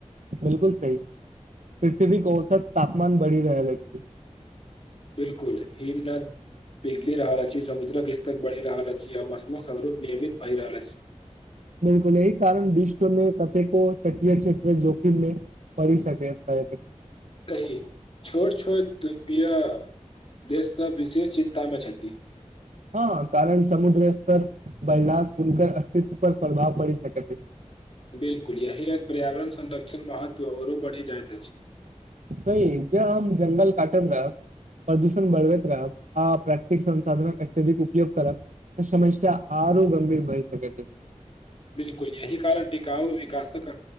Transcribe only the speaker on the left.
बिलकुल हर द पिघलि रहल अछि समुद्रक इस्तक बढ़ि रहल अछि मौसमो स्वरूप नियमित भैई रहल अछि
सही छोट छोट दुपिया देशसँ विशेष चिन्तामे छथि
बिलकुल अयहरन पर्यावरण संरक्षण महत्व औरो बढि जाइत अछि
बिल्कुल यही कारण टिकाउ विकासक